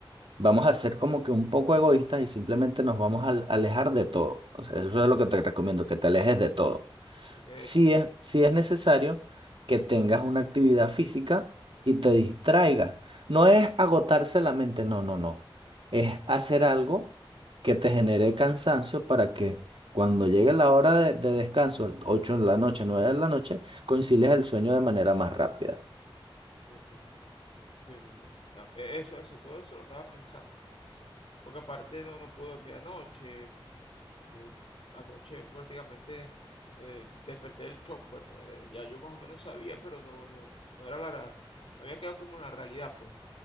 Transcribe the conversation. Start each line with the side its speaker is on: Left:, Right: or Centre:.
Right: vamos a ser como que un poco egoístas y simplemente nos vamos a al- alejar de todo. O sea, eso es lo que te recomiendo, que te alejes de todo
Left: Ok,
Right: si es, sí es necesario que tengas una actividad física y te distraigas. No es agotarse la mente, no, no, no. Es hacer algo que te genere cansancio para que cuando llegue la hora de, de descanso, 8 de la noche, 9 de la noche, concilies el sueño de manera más rápida.
Left: ok, sí, me- me- ta- eh, eso, eso, todo eso lo estaba pensando, porque aparte no, no pude dormir anoche, Eh, Anoche prácticamente eh, desperté del shock, pues, pues, ya yo más o menos sabía, pero no, no, no era la, ra- no había quedado como en la realidad, pues.